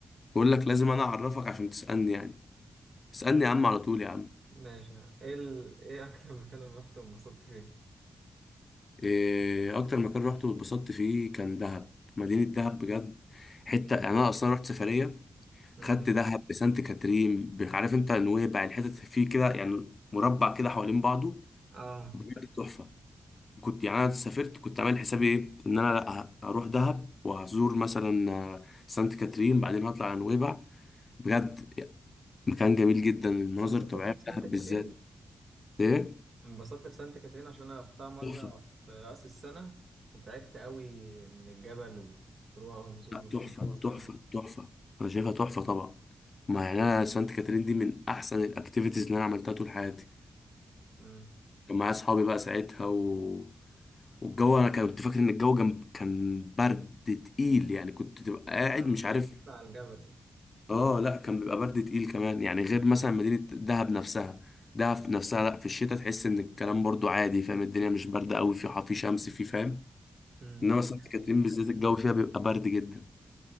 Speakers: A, on the left; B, on the right.
A: بقول لك لازم انا اعرفك عشان تسالني يعني اسالني يا عم على طول يا عم
B: ماشي ايه ال... ايه اكتر مكان رحت وانبسطت فيه
A: إيه، اكتر مكان روحته واتبسطت فيه كان دهب مدينة دهب بجد حتة يعني انا اصلا رحت سفرية
B: امم
A: خدت دهب بسانت كاترين ب- عارف انت نويبع الحتت فيه كده يعني مربع كده حوالين بعضه
B: اه
A: بجد تحفة كنت يعني انا سافرت كنت عامل حسابي ايه ان انا لا ه- هروح دهب وهزور مثلا آه، سانت كاترين بعدين هطلع على نويبع بجد يعني مكان جميل جدا المناظر
B: بس انبسطت
A: الطبيعية
B: في
A: في
B: سانت
A: دهب
B: كاترين
A: بالذات ايه
B: انبسطت في سانت كاترين عشان انا رحتها مره
A: تحفة.
B: في راس السنه وتعبت قوي من الجبل وطلوع ونزول
A: لا
B: وكان
A: تحفة
B: الجو ساقع
A: تحفة تحفة أنا شايفها تحفة طبعا ما يعني أنا سانت كاترين دي من أحسن الأكتيفيتيز اللي أنا عملتها طول حياتي
B: امم
A: كان معايا أصحابي بقى ساعتها و... والجو أنا كنت فاكر إن الجو جنب كان برد تقيل يعني كنت تبقى قاعد
B: آه،
A: مش
B: انت
A: عارف
B: عشان تطلع على الجبل
A: آه لا كان بيبقى برد تقيل كمان يعني غير مثلا مدينة دهب نفسها دهب نفسها لا في الشتاء تحس إن الكلام برضو عادي فاهم الدنيا مش باردة أوي في في شمس في فاهم
B: امم
A: إنما سانت
B: يعني
A: كاترين بالذات الجو فيها بيبقى برد جدا